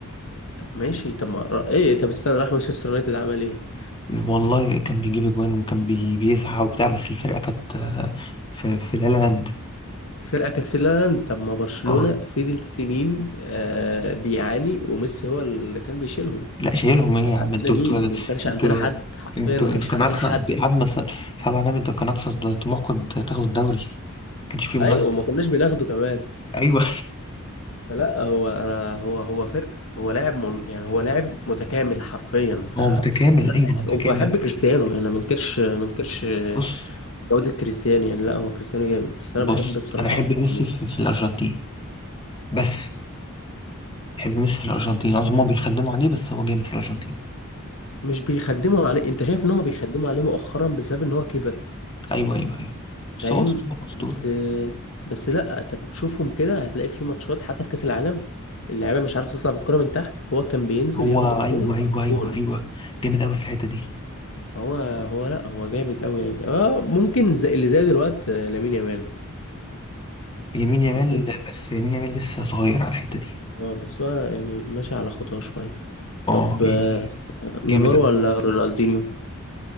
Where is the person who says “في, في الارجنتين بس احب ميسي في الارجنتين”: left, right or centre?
Left